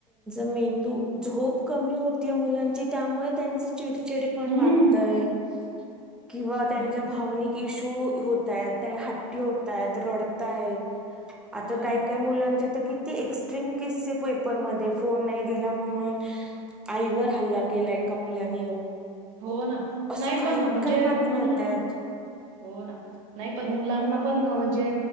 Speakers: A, in the centre; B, on the right (about 65°).
A: मेंदू झोप कमी होती मुलांची, त्यामुळे त्यां चिडचिड पण
B: हम्म
A: वाढतय किंवा त्यांच्या
B: मग काय
A: भावनिक इशू होत आहेत त्या हट्टी होत आहेत रडताय. आता
B: हो
A: काही
B: ना
A: काय मुलांचे ते. किती एक्टम किस्से पेपर मधे फोन नाही दिला म्हनुनू आईवर हल्ला केला एका मुलाने
B: हो ना
A: असं
B: नाही
A: काय
B: पण म्हणजे
A: काय बातम्या
B: मुल.
A: येतायत.
B: हो ना नाही पण मुलां म्हणजे